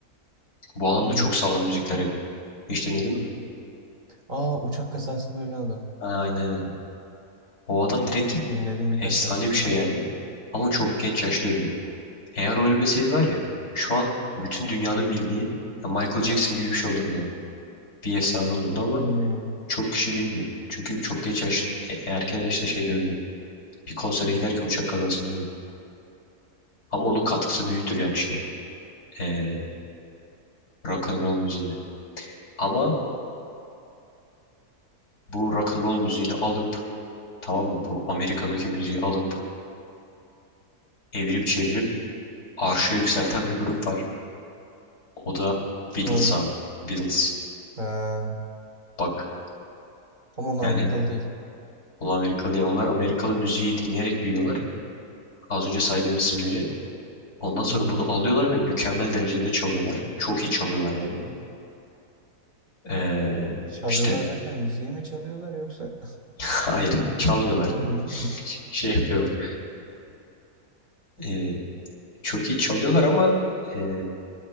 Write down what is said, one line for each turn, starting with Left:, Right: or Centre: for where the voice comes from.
Left: Bu adam
Right: Hmm.
Left: da çok sağlam müzikler yapıyor. Hiç dinledin mi?
Right: Aa uçak kazasında ölen adam.
Left: Ha, aynen aynen. O adam direkt
Right: Dinledim birkaç
Left: efsane
Right: şarkısını.
Left: bir şey yani ama çok genç yaşta ölüyor. Eğer o ölmeseydi var ya şu an bütün dünyanın bildiği ya Michael Jackson gibi bir şey olurdu yani. Bir efsane olurdu ama
Right: Hmm,
Left: Çok kişi bilmiyor. Çünkü çok geç yaş, e- erken yaşta şeyde ölüyor. Bir konsere giderken uçak kazasında ölüyor. Ama onun katkısı büyüktür yani şey. E, rock and roll müziğine. Ama bu rock and roll müziğini alıp tamam mı? Bu Amerika'daki müziği alıp evirip çevirip arşa yükselten bir grup var. O da
Right: kim
Left: Beatles
Right: onlar?
Left: abi. Beatles.
Right: Ha,
Left: Bak
Right: ama onlar
Left: yani
Right: Amerikalı değil.
Left: onlar Amerikalı değil. Onlar Amerikalı müziği dinleyerek büyüyorlar. Az önce saydığım isimleri. Ondan sonra
Right: Hı hı.
Left: bunu alıyorlar ve mükemmel derecede çalıyorlar. Çok iyi çalıyorlar yani. Ee,
Right: Çalıyorlar
Left: işte
Right: derken müziği mi çalıyorlar yoksa?
Left: Hayır, çalmıyorlar.
Right: <laughs>
Left: <laughs> Şey yapıyorlar. Ee, çok iyi çalıyorlar ama ee,